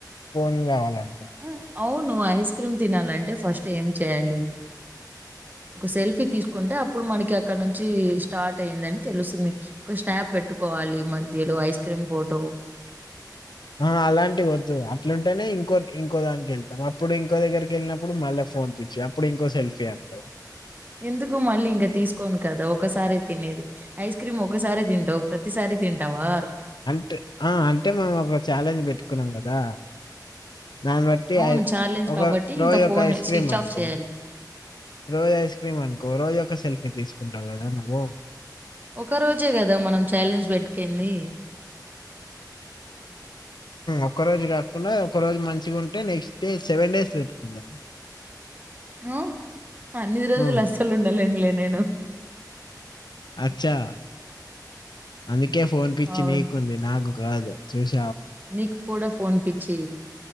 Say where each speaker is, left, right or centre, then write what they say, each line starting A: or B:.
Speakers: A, on the left; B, on the right.
A: ఫోన్ కావాలం
B: ఆ అవును్ ఐస్ క్రీమ్ తినాలంటే ఫస్ట్ ఏం చేయాలి ఒక సెల్ఫీ తీసుకుంటే అప్పుడు మనకి అక్కడ నుంచి స్టార్ట్ అయిిందని తెలుస్తుంది, ఒక స్నాప్ పెట్టుకోవాలి వాళ్ళు ఇ మధ్యలో ఐస్ క్రీమ్ ఫోటో
A: ఆ అలాంటివి వద్దు అట్లుంటేనే ఇంకో ఇంకో దానికి వెళ్తాం అప్పుడు ఇంకో దగ్గరికి వెళ్ళినప్పుడు మళ్ళా ఫోన్పచ్చి అప్పుడు ఇంకో సెల్ఫీ అంటావు
B: ఎందుకు మళ్ళీ ఇంకా తీసుకోను కదా ఒకసార తినేది ఐస్ క్రీమ్ ఒకసారిే తింటవు ప్రతిసారి తింటవా
A: అంటే ఆ అంటే మేము ఒక ఛాలెంజ్ పెట్టుకున్నాం కదా దాన్ని బట్టి
B: అవును
A: ఐ
B: ఛాలెంజ్
A: ఒక
B: కాబట్టి
A: రోజు
B: ఇంకా phone
A: ఒక ice cream
B: switch
A: అనుకో
B: off చేయాలి.
A: రోజు ఐస్ క్రీమ్ అనుకో రోజు ఒక సెల్ఫీ తీసుకుంటావు, కదా నువ్వు
B: ఒక రోజే కదా మనం ఛాలెంజ్ పేట్టుకుంది.
A: ఒక్క రోజు కాకుండా ఒక రోజు మంచిగా ఉంటే నెక్స్ట్ డే సెవెన్ డేస్ పెట్టుకుందాం,
B: <unintelligible> ఉ అన్ని రోజులు
A: ఉమ్,
B: అసలు ఉండ లెన్లే నేను
A: అచ్చా అందుకే ఫోన్ పిచ్చి
B: అవును.
A: నీకుంది, నాకు కాదు. చూస్
B: నీకు కూడా ఫోన్ పిచ్చి,